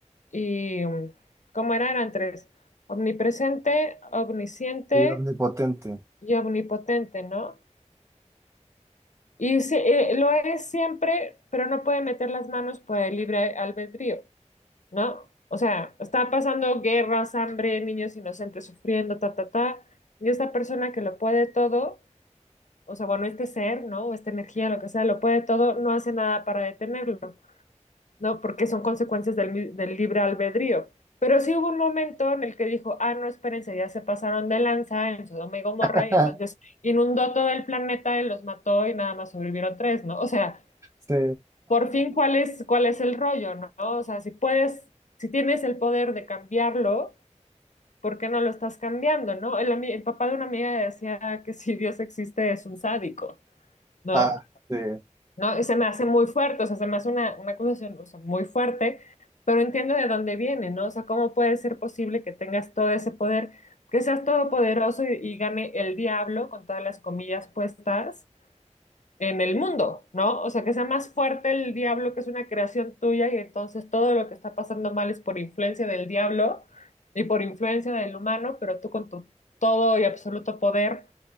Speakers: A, on the left (about 75°); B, on the right (about 20°).
A: y... mm, ¿Cómo eran? Eran tres. Omnipresente, omnisciente
B: Y omnipotente.
A: y omnipotente, ¿no? Y sí, eh, lo es siempre, pero no puede meter las manos por el libre albedrío, ¿no? O sea, está pasando guerras, hambre, niños inocentes sufriendo, ta, ta, ta. Y esta persona que lo puede todo, o sea, bueno, este ser, ¿no? O esta energía, lo que sea, lo puede todo, no hace nada para detenerlo. ¿no? Porque son consecuencias del, mi- del libre albedrío. Pero sí hubo un momento en el que dijo, ah, no, espérense, ya se pasaron de lanza en Sodoma y Gomorra,
B: <laughs>
A: y entonces inundó todo el planeta y los mató y nada más sobrevivieron tres, ¿no? O sea,
B: Sí,
A: por fin, ¿cuál es, cuál es el rollo, ¿no? O sea, si puedes, si tienes el poder de cambiarlo, ¿por qué no lo estás cambiando, ¿no? El, ami- el papá de una amiga decía que si Dios existe es un sádico, ¿no?
B: ah, sí,
A: No, y se me hace muy fuerte, o sea, se me hace una, una acusación, o sea, muy fuerte, pero entiendo de dónde viene, ¿no? O sea, ¿cómo puede ser posible que tengas todo ese poder, que seas todopoderoso y, y gane el diablo con todas las comillas puestas en el mundo, ¿no? O sea, que sea más fuerte el diablo, que es una creación tuya, y entonces todo lo que está pasando mal es por influencia del diablo y por influencia del humano, pero tú con tu todo y absoluto poder